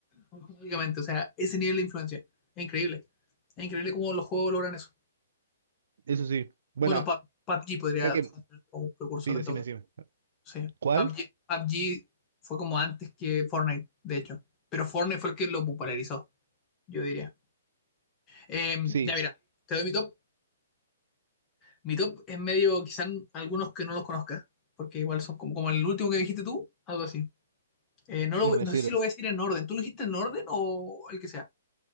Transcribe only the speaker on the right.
eso sí. Bueno,
o sea que,
sí, decime,
decime.
¿Cuál?
Sí,
ese me
sirve.